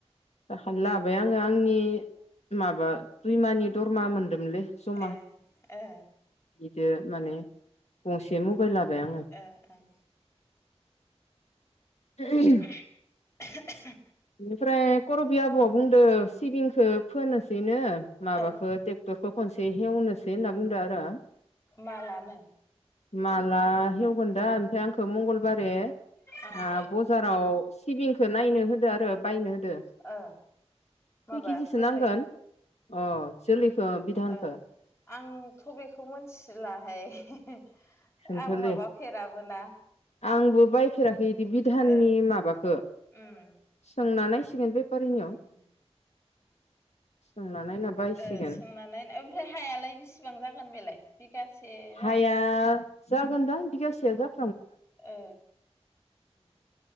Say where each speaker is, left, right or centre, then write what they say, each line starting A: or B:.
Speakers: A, on the left (about 75°); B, on the left (about 25°).
A: दाखालि लाबाय आङो आंनि माबा दुइमानि दरमाहा मोनदोंमोनलै जमा
B: ए ओ
A: बे माने गंसे मबाइल लाबाय आङो
B: ओ ओं
A: <inaudible>
B: <inaudible>
A: बेनिफ्राय खर'बि आब'आ बुंदों सिबिंखौ फोनोसैनो माबाखौ
B: ओं
A: टेक्टरखौ खनसे हेवनोसै होनना बुंदों आरो आंङो
B: मालानो
A: माला हेवगोन दा ओमफ्राय आंखौ मंगलबारे
B: ओं
A: आं बजाराव सिबिंखौ नायनो होदों आरो बायनो होदों
B: ओ माबा
A: खय केजिसो
B: जोलै
A: नांगोन अ जोलैखौ बिधानखौ
B: ओं आंथ' बेखौ मिथिलाहाय
A: खोन्थ'लै
B: आं माबाफेराबोना
A: आंबो बायफेराखै बि बिधाननि
B: ओ
A: माबाखौ
B: उम
A: सोंना नायसिगोन बेफारिनियाव
B: उम
A: सोंना नायना बायसिगोन
B: ओ सोंनानै ओमफ्राय हायालाय बेसेबां जागोन बेलाय बिगासे
A: हाया
B: जागोन ना
A: जागोनदां बिगासेया जागोन
B: ए